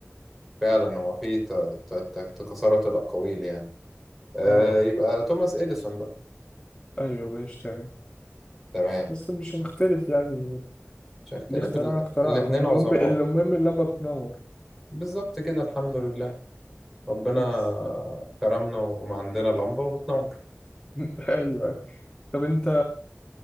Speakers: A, in the centre; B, on the left.
A: فعلا هو في ت- ت- ت- تكاثرت الأقاويل يعني آه
B: اه
A: يبقى توماس إديسون
B: آه، ايوه ماشي تمام
A: تمام
B: بس مش هنختلف يعني
A: مش هيختلف
B: اللي اخترعها
A: ال...
B: اخترعها
A: الاتنين
B: المهم
A: عظماء
B: المهم اللمبة بتنور
A: بالظبط كده الحمد لله ربنا
B: بس
A: كرمنا ومعندنا لمبة وبتنور
B: <laughs> ايوه طب انت